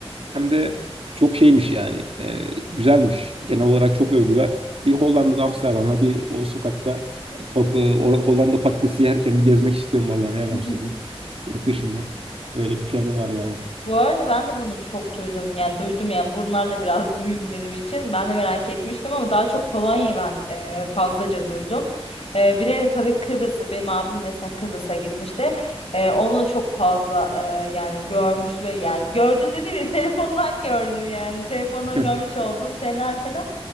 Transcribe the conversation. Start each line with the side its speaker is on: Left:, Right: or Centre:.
Right: hem de çok şeymiş yani. e, güzelmiş. Genel olarak çok övdüler. Bir Hollanda'da Amsterdam'da bir o sokakta e, pap- e, o- Hollanda patatesi yerken bir gezmek istiyorum vallahi ne yalan
Left: <laughs>
Right: söyleyeyim. Yurt dışında. Öyle bir planım var yani.
Left: Bu arada ben de bunu çok duydum. Yani duydum yani bunlar da biraz <laughs> duyum benim için. Ben de merak etmiştim ama daha çok Polonya'yı ben e, fazlaca duydum. E, bir de tabii Kıbrıs'ı benim abim mesela Kıbrıs'a gitmişti. E, onu çok fazla e, yani görmüş ve yani gördüm dediğim gibi telefondan gördüm yani. Telefondan
Right: <laughs>
Left: görmüş olduğum şeyler falan.